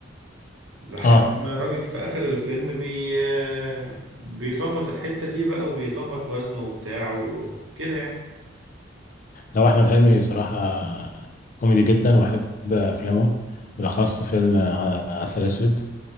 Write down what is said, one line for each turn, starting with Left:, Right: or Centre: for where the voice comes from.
Right: لحد
Left: اه
Right: ما الراجل في آخر الفيلم بي... آه، بيظبط الحتة دي بقى وبيظبط وزنه وبتاعه وكده يعني
Left: لو احمد حلمي بصراحه كوميدي جدا وبحب افلامه بالاخص فيلم ع- عسل اسود